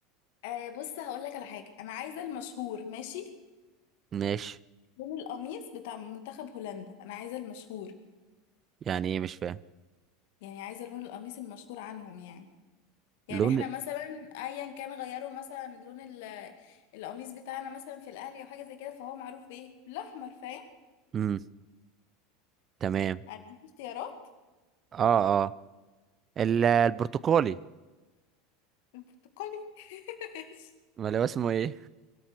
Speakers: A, on the left (about 60°); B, on the right (about 35°).
A: آه بص هقول لك على حاجة انا عايزة المشهور ماشي
B: ماشي
A: لون القميص بتاع منتخب هولندا انا عايزة المشهور
B: يعني ايه مش فاهم
A: يعني عايزة لون القميص المشهور عنهم يعني يعني
B: لون
A: احنا مثلا ايا كان غيروا مثلا لون ال- القميص بتاعنا مثلا في الاهلي او حاجه زي كده فهو معروف بايه بالاحمر فاهم
B: امم تمام
A: هديك اختيارات
B: اه اه ال- البرتقالي
A: البرتقالي <laughs> ماشي.
B: ولا هو اسمه ايه